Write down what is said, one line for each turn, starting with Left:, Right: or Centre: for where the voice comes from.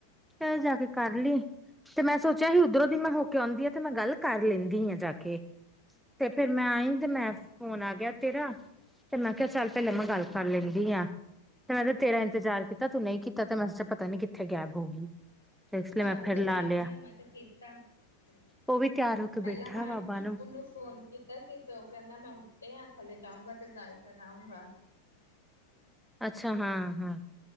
Centre: ਤੇ ਜਾ ਕੇ ਕਰ ਲਈਂ। ਤੇ ਮੈਂ ਸੋਚਿਆ ਹੀ ਉੱਧਰੋਂ ਦੀ ਮੈਂ ਹੋ ਕੇ ਆਉਂਦੀ ਆ, ਤੇ ਮੈਂ ਗੱਲ ਕਰ ਲੈਂਦੀ ਹਾਂ ਜਾ ਕੇ ਤੇ ਫਿਰ ਮੈਂ ਆਈ ਤੇ ਮੈਂ ਫੋਨ ਆ ਗਿਆ ਤੇਰਾ ਤੇ ਮੈਂ ਕਿਆ ਚੱਲ ਪਹਿਲਾਂ ਮੈਂ ਗੱਲ ਕਰ ਲੈਂਦੀ ਆਂ। ਤਰ ਤੇਰਾ ਇੰਤਜ਼ਾਰ ਕੀਤਾ, ਤੂੰ ਨਹੀਂ ਕੀਤਾ ਤੇ ਮੈ ਸੋਚਯਾ ਪਤਾ ਨੀ ਕਿੱਥੇ ਗੈਬ ਹੋ ਗਈ। ਤੇ ਇਸ
Left: ਮੈਂ
Centre: ਲਈ
Left: ਕਿਤੇ
Centre: ਫਿਰ ਲਾ
Left: ਗੈਬ ਨਈ
Centre: ਲਿਆ
Left: ਹੋਈ ਮੈਂ ਤੇ ਕੀਤਾ। ਪਹਿਲਾਂ
Centre: ਉਹ ਵੀ ਤਿਆਰ ਹੋ ਕੇ ਬੈਠਾ
Left: ਮੈਂ
Centre: ਵਾ ਬਾਹਰੋਂ
Left: ਓਹਨੂੰ ਫੋਨ ਕੀਤਾ ਸੀ ਤੇ ਓਹ ਕਹਿੰਦਾ ਮੈਂ ਉੱਤੇ ਆਂ, ਥੱਲੇ ਜਾਊਂਗਾ ਤੇ ਗੱਲ ਕਰਾਊਂਗਾ।
Centre: ਅੱਛਾ, ਹਾਂ-ਹਾਂ।